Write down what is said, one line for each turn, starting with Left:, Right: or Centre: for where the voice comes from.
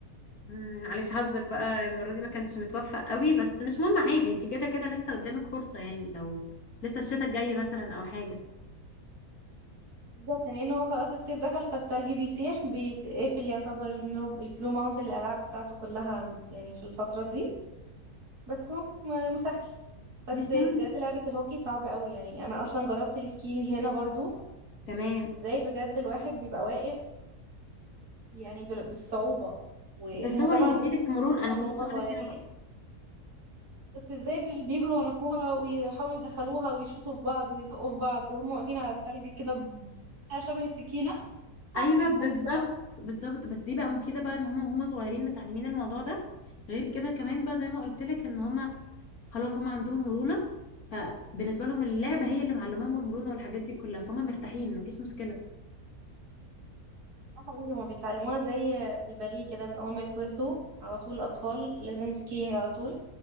Left: مم، معلش حظك بقى المرة دي ما كانش متوفق قوي بس مش مهم عادي انت كده كده لسه قدامك فرصة يعني لو لسه الشتاء الجاي مثلا او حاجة
Right: بالظبط لان هو خلاص الصيف دخل فالتلج بيسيح بيتقفل يعتبر البلو البلو ماونتن الالعاب بتاعته كلها يعني في الفتره دي بس هو م- مسهل بس
Left: مش
Right: بجد
Left: مهم
Right: لعبه الهوكي صعبه قوي يعني انا اصلا جربت السكينج هنا برضو
Left: تمام
Right: ازاي بجد الواحد بيبقى واقف يعني بال- بالصعوبه وهما
Left: بس هو
Right: طبعا
Left: هيديلك
Right: غير
Left: مرونة انا
Right: من
Left: كنت
Right: هما
Left: لسه هقولك
Right: صغيرين
Left: هنا بقى
Right: بس ازاي بي- بيجروا ورا كوره ويحاولوا يدخلوها ويشوطوا في بعض ويزقوا في بعض وهم واقفين على التلج كده بتاع شبه السكينه صعب
Left: ايوه
Right: جدا
Left: بالظبط
Right: الصراحه
Left: بالظبط بس دي بقى مفيده بقى ان هما وهما صغيرين متعلمين الموضوع ده غير كده كمان بقى زي ما قلت لك ان هما خلاص هما عندهم مرونه فبالنسبه لهم اللعبه هي اللي معلماهم المرونه والحاجات دي كلها فهم مرتاحين مفيش مشكله
Right: اه حقيقي هما بيتعلموها زي الباليه كده من اول ما يتولدوا على طول الاطفال لازم سكينج على طول